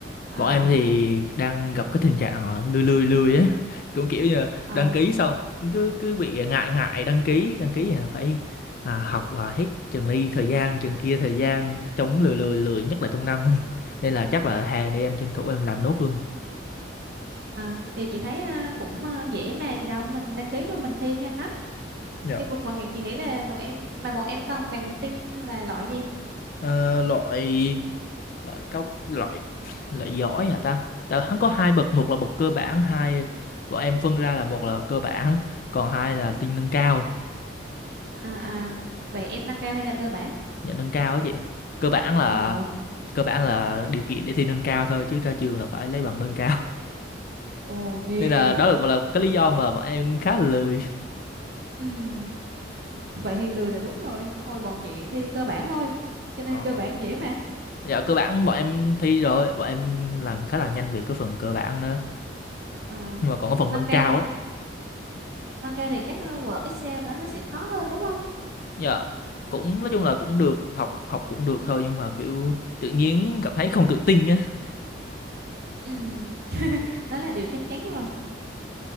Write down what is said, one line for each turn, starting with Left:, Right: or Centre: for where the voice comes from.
Right: à,
Left: bọn em thì đang gặp cái tình trạng ờ, lười lười lười á <laughs> cũng kiểu như
Right: à,
Left: đăng ký xong cứ cứ bị ngại ngại đăng ký đăng ký là phải à, học à, hết trường này thời gian trường kia thời gian chống lười lười lười nhất là trong năm <laughs> nên là chắc là hè này em tranh thủ em làm nốt luôn
Right: à, thì chị thấy à, cũng à, dễ mà gì đâu mình đăng ký rồi mình thi nhanh lắm
Left: Dạ.
Right: cái vực vần chị nghĩ là bọn em mà bọn em cần bằng tin là loại gì
Left: Ờ, loại loại cao loại <laughs> loại giỏi hả ta tại hắn có hai bậc một là bậc cơ bản hai của em phân ra là một là cơ bản còn hai là tinh nâng cao
Right: à, à vậy em nâng cao hay là cơ bản
Left: nhận nâng cao á chị cơ bản là
Right: ui trời
Left: cơ bản là điều kiện để thi nâng cao thôi chứ ra trường là phải lấy bằng nâng cao <laughs>
Right: Ồ ghê.
Left: nên là đó là cũng là cái lý do mà bọn em khá là lười
Right: Ừm, Vậy thì lười là đúng rồi. Hồi bọn chị thi cơ bản thôi. Cho nên
Left: Ờ.
Right: cơ bản dễ mà.
Left: dạ cơ bản bọn em thi rồi bọn em làm khá là nhanh về cái phần cơ bản nữa
Right: À,
Left: nhưng mà còn cái phần
Right: nâng
Left: nâng
Right: cao
Left: cao ấy
Right: nâng cao thì chắc ờ, Word Excel đó nó sẽ khó hơn đúng không?
Left: dạ cũng nói chung là cũng được học học cũng được thôi nhưng mà kiểu tự nhiên cảm thấy không tự tin á
Right: Ừ, đó là điều chắc chắn rồi.